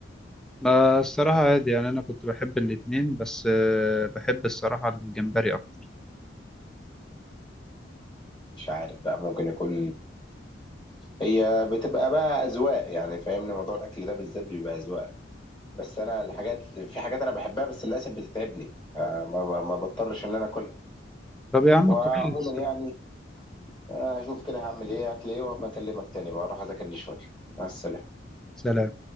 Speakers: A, in the centre; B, on the left.
A: ما الصراحة عادي يعني أنا كنت بحب الاتنين بس آه، بحب الصراحة الجمبري أكتر
B: مش عارف بقى ممكن يكون هي بتبقى بقى اذواق يعني فاهمني موضوع الاكل ده بالذات بيبقى اذواق بس انا الحاجات في حاجات انا بحبها بس للاسف بتتعبني فما ب- ما بضطرش ان انا اكلها
A: طب يا عم
B: وعموما
A: كويس
B: يعني آه، هشوف كده هعمل ايه هتلاقيه وابقى اكلمك تاني بقى اروح اذاكر لي شويه مع السلامه
A: سلام